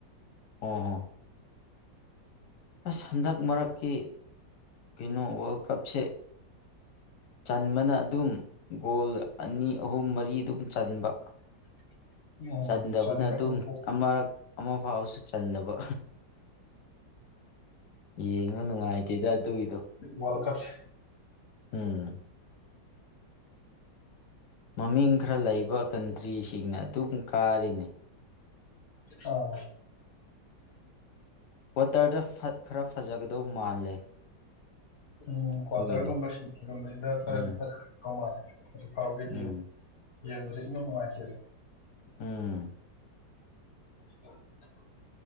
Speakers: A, on the left; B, on the left.
A: ꯑꯣ ꯍꯣ ꯑꯁ ꯍꯟꯗꯛ ꯃꯔꯛꯀꯤ ꯀꯩꯅꯣ ꯋꯥꯔꯜ ꯀꯞꯁꯦ ꯆꯟꯕꯅ ꯑꯗꯨꯝ ꯒꯣꯜ ꯑꯅꯤ ꯑꯍꯨꯝ ꯃꯔꯤ ꯑꯗꯨꯝ ꯆꯟꯕ
B: <inaudible> ꯎꯝ
A: ꯆꯟꯗꯕꯅ
B: ꯆꯟꯗ꯭ꯔꯒꯅ
A: ꯑꯗꯨꯝ ꯑꯃꯛ ꯑꯃꯨ ꯍꯥꯎꯁꯨ ꯆꯟꯗꯕ ꯌꯦꯡꯃꯥ ꯅꯨꯡꯉꯥꯏꯇꯦꯗ ꯑꯗꯨꯒꯤꯗꯣ
B: ꯋꯥꯔꯜꯡ ꯀꯞꯁ ꯁꯦ
A: ꯎꯝ ꯃꯃꯤꯡ ꯈꯔ ꯂꯩꯕ ꯀꯟꯇ꯭ꯔꯤꯁꯤꯡꯅ ꯑꯗꯨꯝ ꯀꯥꯔꯤꯅꯤ
B: ꯑꯥ
A: ꯀ꯭ꯋꯥꯇꯔꯗ ꯈꯔ ꯐꯖꯒꯗꯧ ꯃꯥꯜꯂꯦ
B: ꯎꯝ ꯀ꯭ꯋꯥꯇꯔꯒꯨꯝꯕ
A: ꯑꯗꯨꯒꯤꯗꯣ
B: ꯁꯤꯇꯤꯒꯨꯝꯕꯁꯤꯗ ꯈꯔꯗꯤ
A: ꯎꯝ
B: ꯐꯖꯧ ꯃꯥꯜꯂꯦ ꯑꯗꯨ ꯐꯥꯎꯒꯤꯗꯤ
A: ꯎꯝ
B: ꯌꯦꯡꯕꯁꯦ ꯏꯅꯨꯡ ꯅꯨꯡꯉꯥꯏꯇꯦ
A: ꯎꯝ
B: <inaudible>